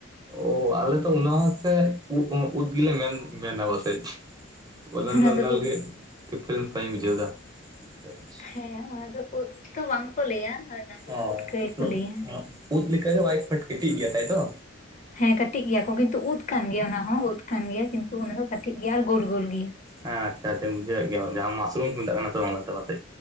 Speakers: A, on the right; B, on the left.
A: ᱳ, ᱟᱞᱮ ᱛᱚ ᱚᱱᱟ ᱦᱚᱸ ᱥᱮ ᱩᱫᱽᱜᱮᱞᱮ ᱢᱮᱱᱟ ᱯᱟᱥᱮᱡ᱾ <unintelligible>
B: ᱚᱱᱟ ᱫᱚ ᱩᱫ ᱦᱮᱸ ᱚᱱᱟ ᱫᱚ ᱩᱫ ᱛᱚ ᱵᱟᱝᱠᱚ ᱞᱟᱹᱭᱟ ᱚᱱᱟ ᱫᱚ
A: ᱚ
B: ᱯᱩᱴᱠᱟᱹ ᱜᱮᱠᱚ ᱞᱟᱹᱭᱟ᱾
A: ᱩᱫ ᱞᱮᱠᱟᱜᱮ ᱵᱟᱭ ᱵᱟᱴ ᱠᱟᱹᱴᱤᱡ ᱜᱮᱭᱟ ᱛᱟᱭ ᱛᱚ᱾
B: ᱦᱮᱸ ᱠᱟᱹᱴᱤᱡ ᱜᱮᱭᱟ ᱠᱚ ᱠᱤᱱᱛᱩ ᱩᱫ ᱠᱟᱱ ᱜᱮᱭᱟ ᱚᱱᱟ ᱦᱚᱸ ᱩᱫ ᱠᱟᱱ ᱜᱮᱭᱟ ᱠᱤᱱᱛᱩ ᱚᱱᱟ ᱫᱚ ᱠᱟᱹᱴᱤᱡ ᱜᱮᱭᱟ ᱟᱨ ᱜᱳᱞ ᱜᱳᱞ ᱜᱮᱭᱟ᱾
A: ᱦᱮᱸ ᱟᱪᱷᱟ ᱟᱪᱪᱟ ᱵᱩᱡᱷᱟᱣᱭᱮᱜ ᱜᱮᱭᱟ ᱡᱟᱦᱟᱸ ᱢᱟᱥᱨᱩᱢ ᱠᱚ ᱢᱮᱛᱟᱜ ᱠᱟᱱᱟ ᱥᱮ ᱵᱟᱝᱞᱟᱛᱮ ᱯᱟᱥᱮ᱾